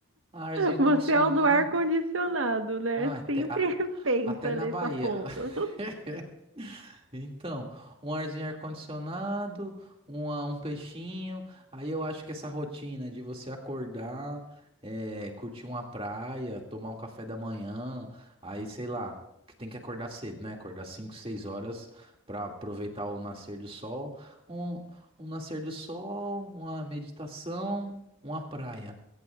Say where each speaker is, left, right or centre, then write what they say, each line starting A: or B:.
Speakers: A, on the right; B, on the right.
A: Arzinho
B: Você
A: condicionado.
B: é o do ar-condicionado, né?
A: Ah, até,
B: Sempre
A: ah,
B: <laughs> pensa
A: até na
B: nesse
A: Bahia.
B: ponto.
A: <laughs> Então, um arzinho ar-condicionado, um, um peixinho. Aí eu acho que essa rotina de você acordar, eh, curtir uma praia, tomar um café da manhã, aí sei lá, que tem que acordar cedo, né? Acordar 5, 6 horas para aproveitar o nascer do sol. Um, um nascer do sol, uma meditação, uma praia.